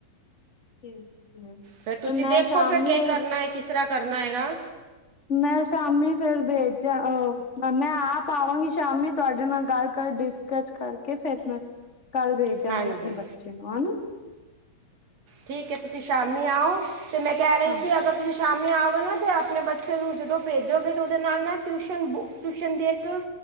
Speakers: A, on the left; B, on the right.
A: ਠੀਕਐ,
B: ਫਿਰ ਤੁਸੀਂ
A: ਮੈਂ
B: ਦੇਖੋ
A: ਸ਼ਾਮੀ
B: ਫਿਰ ਕੀ <unintelligible> ਕਰਨਾ ਹੈਗਾ
A: ਮੈਂ ਸ਼ਾਮੀ, ਫੇਰ ਵੇਚ ਅ ਮੈਂ ਆਪ ਆਵਾਂਗੀ। ਸ਼ਾਮੀ, ਤੁਹਾਡੇ ਨਾਲ ਗੱਲ ਕਰ, ਡਿਸਕਚ ਕਰਕੇ, ਫਿਰ ਮੈ ਕੱਲ ਵੇਚ ਆਂਗੇ,
B: ਹਾਂਜੀ
A: ਅਪਨੇ ਬੱਚੇ ਨੂੰ, ਅਨ
B: ਠੀਕ ਹੈ, ਤੁਸੀਂ ਸ਼ਾਮੀ ਆਓ, ਤੇ ਮੈਂ ਕਹਿ ਰਹੀ
A: ਹਾਂ
B: ਸੀ, ਅਗਰ ਤੁਸੀਂ ਸ਼ਾਮੀ ਆਓਗੇ ਨਾ, ਤੇ ਅਪਨੇ ਬੱਚੇ ਨੂੰ, ਜਦੋਂ ਭੇਜੋਗੇ, ਤੇ ਓਦੇ ਨਾਲ-ਨਾਲ ਟੁਸ਼ਨ ਟੁਸ਼ਨ ਦੀ ਇਕ